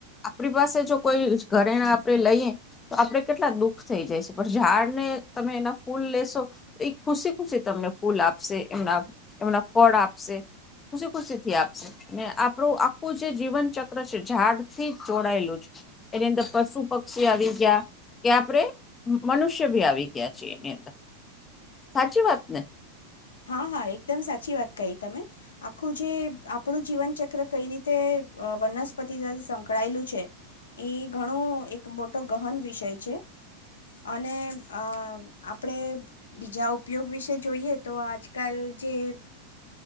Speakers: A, on the left; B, on the left.
A: આપણી પાસે જો કોઈ ઘરેણા આપણે લઈએ તો આપડણે કેટલા દુખ થઈ જાય છે પણ ઝાડ ને તમે એના ફૂલ લેશો એ ખુશી ખુશી તમને ફૂલ આપશે એમના એમના ફળ આપશે ખુશી ખુશી થી આપશે આપણું આખું જે જીવન ચક્ર છે ઝાડથી જોડાયેલું છે એની અંદર પશુ પક્ષી આવી ગયા કે આપણે મનુષ્ય ભી આવી ગયા છેી એની અંદર સાચી વાત ને
B: હા હા એકદમ સાચી વાત કહી તમે આખું જે આપણું જીવનચક્ર કઈ રીતે વનસ્પતિ સાથે સંકળાયેલું છે એ ઘણું એક મોટો ગહન વિષય છે અને આપણે બીજા ઉપયોગ વિશે જોઈએ તો આજકાલ જે